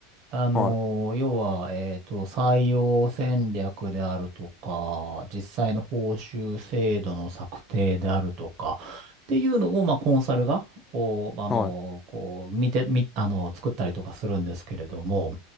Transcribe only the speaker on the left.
はい。
はい。